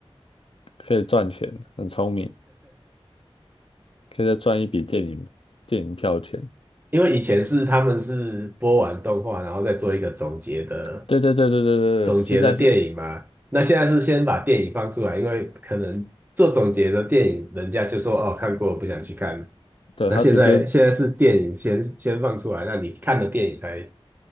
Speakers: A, on the left; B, on the right.
A: 可以赚钱，很聪明，可以再赚一笔电影电影票钱。
B: 因为以前是他们是播完动画，然后再做一个总结的
A: 对对对对对对对，
B: 总结的电影嘛。
A: 现在是，
B: 那现在是先把电影放出来，因为可能做总结的电影，人家就说哦看过不想去看。
A: 对，
B: 那现在现在是电影先先放出来，
A: 他直接，
B: 那你看的电影才，